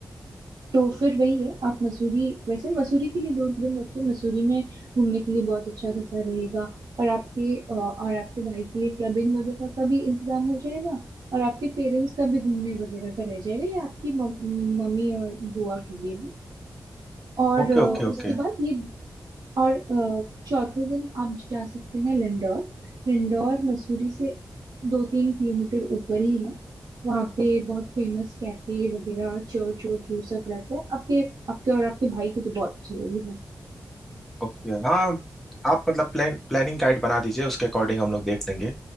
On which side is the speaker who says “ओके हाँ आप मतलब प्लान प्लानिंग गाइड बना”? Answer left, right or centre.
Centre